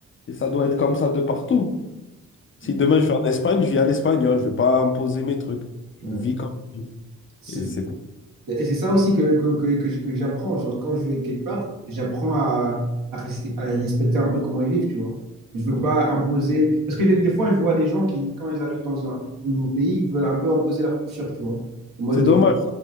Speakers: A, on the left; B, on the right.
A: Et ça doit être comme ça de partout. Si
B: Ouais.
A: demain je vais en Espagne, je vis à l'espagnol, je vais pas imposer mes trucs. Je
B: Ouais.
A: vis comme je vis.
B: C'est-
A: Et c'est cool.
B: Et c'est ça aussi que, que, que, que, j- que j'apprends. Genre, quand je vais quelque part, j'apprends à, à, rester- à respecter un peu comment ils vivent, tu vois. Je veux pas imposer. Parce que des, des fois, je vois des gens qui, quand ils arrivent dans un, nouveau pays, ils veulent un peu imposer leur culture, tu vois. En mode,
A: c'est dommage.
B: euh,